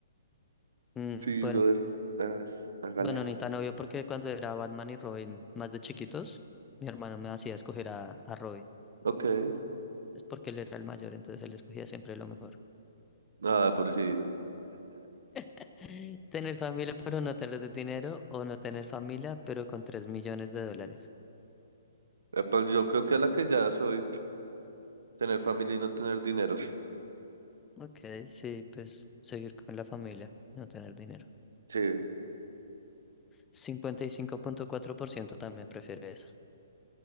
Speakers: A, on the left (about 15°); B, on the right (about 70°).
A: Mm,
B: Sí,
A: bueno,
B: brother. Ah, hágale.
A: bueno, ni tan obvio porque cuando era Batman y Robin más de chiquitos, mi hermano me hacía escoger a, a Robin.
B: Ok.
A: Es porque él era el mayor, entonces él escogía siempre lo mejor.
B: Nada, por si. <laughs>
A: <laughs> Tener familia pero no tener dinero o no tener familia pero con tres millones de dólares.
B: Eh, Pues yo creo que es la que ya soy. Tener familia y no tener dinero.
A: Ok, sí, pues seguir con la familia, no tener dinero.
B: Sí,
A: cincuenta y cinco punto cuatro por ciento también prefiere eso.